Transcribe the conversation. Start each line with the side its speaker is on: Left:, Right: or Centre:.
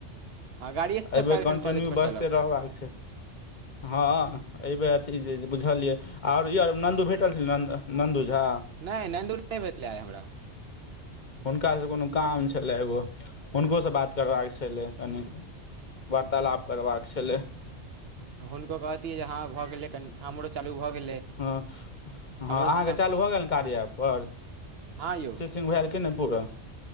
Right: हँ गाड़िएसँ
Left: अइबेर
Right: काल्हिखन
Left: कंटिन्यू
Right: कॉलेजपर
Left: बइजते
Right: चलब
Left: रहा बाक हा अइबेर अथि जे बुझलियै और ई और नन्दु भेटल नन्द, नन्दू झा
Right: नय नन्दू नहि भेथले हमरा
Left: हुनकासँ कोनो काम छलै एगो हुनको सँ बात करबाक छले कनि वार्तालाप करबाकऽ छलै
Right: हुनको कहतियै जे ह भऽ गेलै कनि हमरो चालू भऽ गेलै
Left: ह
Right: हमरोसँ
Left: ह अहाँकेँ
Right: सम
Left: चालू भऽ गेल ने कारीया ऐप पर
Right: ह यौ
Left: भैल कि नहि पूरात